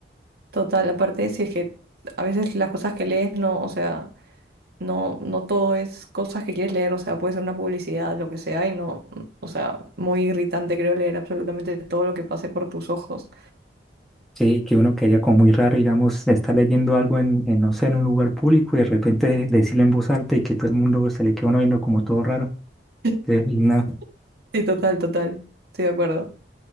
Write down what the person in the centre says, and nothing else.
Sí, que uno que haya como muy raro, digamos, está leyendo algo en, en, no sé, en un lugar público y de repente decirlo en voz alta y que todo el mundo se le queda uno viendo como todo raro.
Qué linda.